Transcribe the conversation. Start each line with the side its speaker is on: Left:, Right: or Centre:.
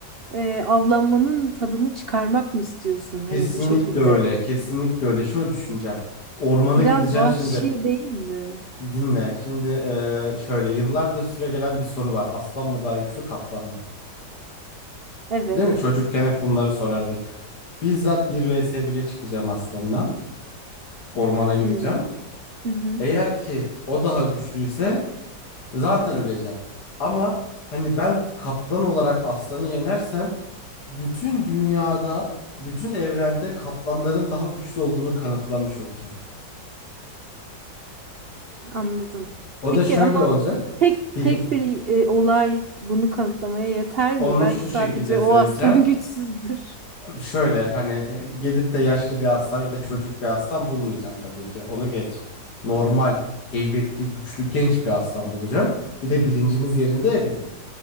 Right: e, avlanmanın tadını çıkarmak mı istiyorsun?
Left: Kesinlikle
Right: Hani bu şekilde.
Left: öyle, kesinlikle öyle. Şöyle düşüneceğim. Ormana
Right: Biraz
Left: gideceğim
Right: vahşi
Left: şimdi.
Right: değil mi?
Left: Dinle. Şimdi eee, şöyle yıllardır süregelen bir soru var. Aslan mı daha güçlü, kaplan mı?
Right: Evet.
Left: Değil mi? Çocukken hep bunları sorardık. Bizzat bir vs 1'e çıkacağım aslanla. ormana gideceğim.
Right: Hmm. Hı hı.
Left: Eğer ki o daha güçlüyse zaten öleceğim. Ama hani ben kaplan olarak aslanı yenersem bütün dünyada, bütün evrende kaplanların daha güçlü olduğunu kanıtlamış olacağım.
Right: Anladım.
Left: O
Right: Peki
Left: da şöyle
Right: ama
Left: olacak.
Right: tek
Left: Bil-
Right: tek bir e, olay bunu kanıtlamaya yeter
Left: Onu
Right: mi? Belki
Left: şu
Right: sadece
Left: şekilde söyleyeceğim.
Right: o aslan <laughs> güçsüzdür.
Left: Şöyle hani e, gidip de yaşlı bir aslan ya da çocuk bir aslan bulmayacağım tabii ki. Onu geç. Normal, heybetli, güçlü, genç bir aslan bulacağım. Bir de bilincimiz yerinde ya bizim.